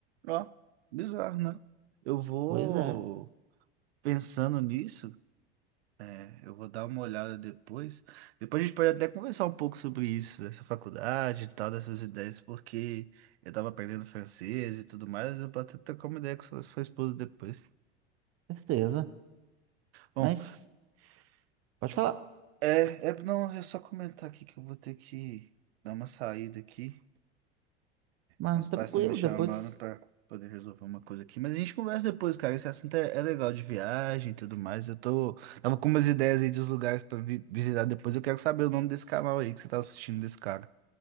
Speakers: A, on the right; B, on the right.
A: Ó, bizarro, né? Eu vou
B: Pois é,
A: pensando nisso, é, eu vou dar uma olhada depois. Depois a gente pode até conversar um pouco sobre isso, dessa faculdade e tal, dessas ideias, porque eu tava aprendendo francês e tudo mais, eu posso até trocar uma ideia com sua, sua esposa depois.
B: certeza.
A: Bom,
B: Mas pode falar.
A: É, é, não, é só comentar aqui que eu vou ter que dar uma saída aqui.
B: Mas
A: Meus
B: tranquilo,
A: pais estão me chamando
B: depois.
A: pra poder resolver uma coisa aqui. Mas a gente conversa depois, cara. Esse assunto é, é legal de viagem e tudo mais. Eu tô. Tava com umas ideias aí dos lugares pra vi- visitar depois. Eu quero saber o nome desse canal aí que você tá assistindo desse cara.